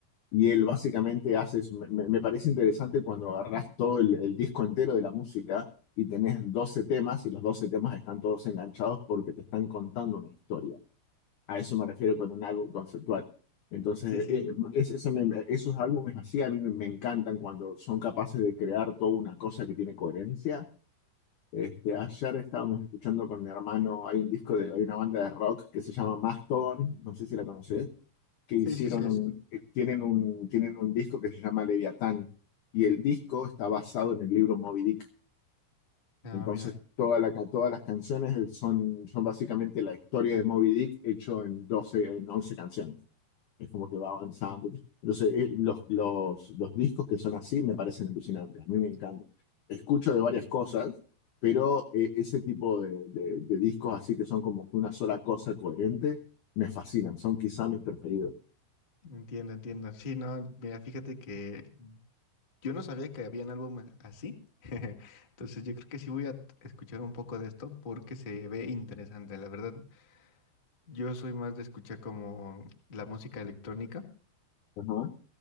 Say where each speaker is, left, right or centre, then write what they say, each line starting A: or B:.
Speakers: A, on the left; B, on the left.
A: Y él
B: Ajá.
A: básicamente hace, eso. me, me- parece interesante cuando agarrás todo el, el disco entero de la música y tenés 12 temas y los 12 temas están todos enganchados porque te están contando una historia. A eso me refiero con un álbum conceptual. Entonces,
B: Sí, sí.
A: eh, es- eso me- esos álbumes así a mí me, me encantan cuando son capaces de crear toda una cosa que tiene coherencia. Este, ayer estábamos escuchando con mi hermano, hay un disco de, hay una banda de rock que se llama Mastodon, no sé si la conoces que hicieron
B: Sí, sí, sí. es-
A: un, eh, tienen un, tienen un disco que se llama Leviatán y el disco está basado en el libro Moby Dick.
B: Ah,
A: Entonces,
B: mira,
A: toda la, ca- todas las canciones eh, son, son básicamente la historia de Moby Dick hecho en 12 en 11 canciones. Es como que va avanzando. Entonces, eh, los, los, los discos que son así me parecen alucinantes. A mí me encanta. Escucho de varias cosas, pero eh, ese tipo de, de, de discos así que son como que una sola cosa coherente, me fascinan. Son quizá mis preferidos.
B: entiendo, entiendo. Sí, no, mira, fíjate que Yo no sabía que habían álbumes así. <laughs> Entonces yo creo que sí voy a t- escuchar un poco de esto porque se ve interesante. La verdad, yo soy más de escuchar como la música electrónica.
A: Ajá.